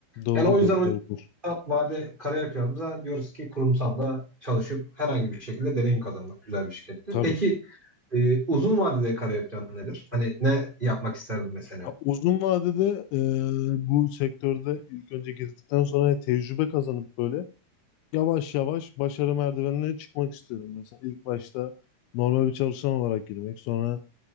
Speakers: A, on the left (about 80°); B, on the right (about 15°).
A: Doğrudur,
B: Yani o yüzden
A: doğrudur.
B: Kısa vade kariyer planımıza diyoruz ki kurumsalla çalışıp herhangi bir şekilde deneyim kazanmak güzel bir şirkette.
A: Tabii
B: Peki
A: ki.
B: e, uzun vadede kariyer planı nedir? Hani ne yapmak isterdin mesela?
A: Ya uzun vadede e, bu sektörde ilk önce girdikten sonra tecrübe kazanıp böyle yavaş yavaş başarı merdivenine çıkmak istiyorum. Mesela ilk başta normal bir çalışan olarak girmek, sonra